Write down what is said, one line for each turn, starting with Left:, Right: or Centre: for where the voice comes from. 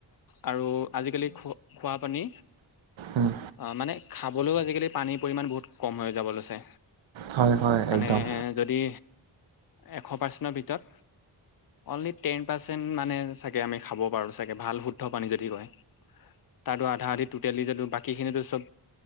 Left: আৰু আজিকালি খোৱা, খোৱা পানী
Right: উম
Left: অ মানে খাবলৈও আজিকালি পানীৰ পৰিমাণ বহুত কম হৈ যাব লৈছে।
Right: হয় হয়
Left: মানে
Right: একদম
Left: যদি এশ পাৰ্চেন্তৰ ভিতৰত অনলি টেন পাৰ্চেন্ট মানে চাগে আমি খাব পাৰো চাগে শুদ্ধ পানী যদি কয় তাৰতো আধা আধি টোতেলি যদিও বাকীখিনোটো চব